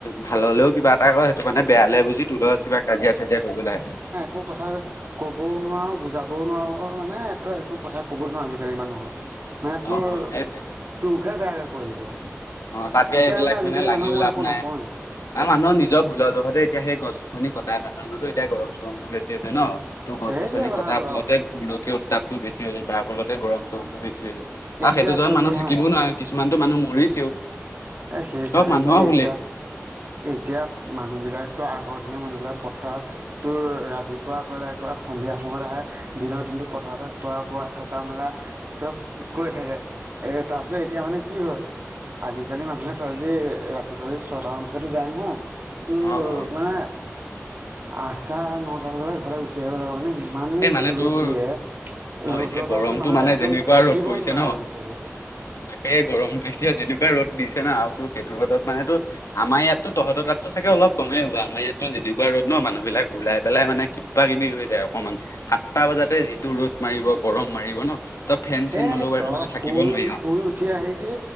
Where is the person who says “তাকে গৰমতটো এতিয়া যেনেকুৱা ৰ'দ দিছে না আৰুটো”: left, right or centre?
Left